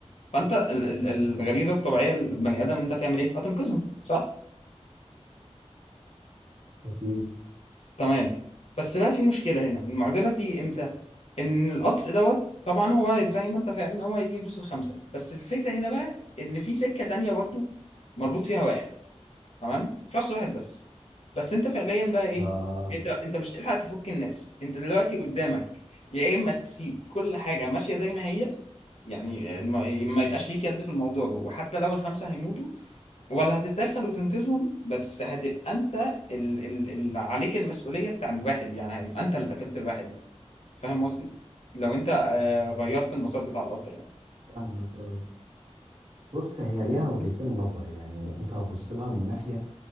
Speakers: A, on the left; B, on the right.
A: فانت ال- ال- الغريزه الطبيعيه للبني ادم ان انت هتعمل ايه هتنقذهم صح
B: اكيد
A: تمام بس بقى في مشكلة هنا المعضلة دي امتى ان القطر دوت طبعا هو زي ما انت فاهم ان هو هيجي يدوس الخمسة بس الفكرة هنا بقى ان في سكة تانية برضو مربوط فيها واحد تمام شخص واحد بس بس انت فعليا بقى ايه
B: آه
A: انت انت مش هتلحق تفك الناس انت دلوقتي قدامك يا اما تسيب كل حاجة ماشية زي ما هي يعني ما ما يبقاش ليك يد في الموضوع وحتى لو الخمسة هيموتوا ولا هتتدخل وتنقذهم بس هتبقى انت ال- ال- اللي عليك المسؤولية بتاع الواحد يعني هيبقى انت اللي قتلت الواحد ده فاهم قصدي؟ لو انت آه، غيرت المسار بتاع القطر يعني
B: فاهمك اه بص هي ليها وجهتين نظر يعني انت هتبص لها من ناحية